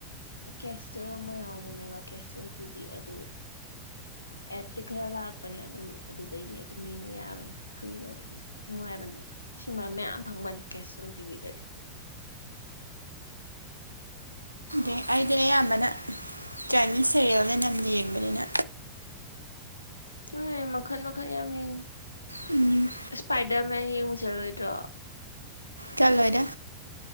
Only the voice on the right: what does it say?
ꯑꯥ ꯑꯩꯗꯤ ꯑꯌꯥꯝꯕꯅ ꯆꯥꯏꯅꯤ ꯁꯦꯔꯜꯅ ꯅꯝꯅ ꯌꯦꯡꯕꯅꯤꯅ
ꯎꯝ
ꯆꯜꯂꯣꯏꯗ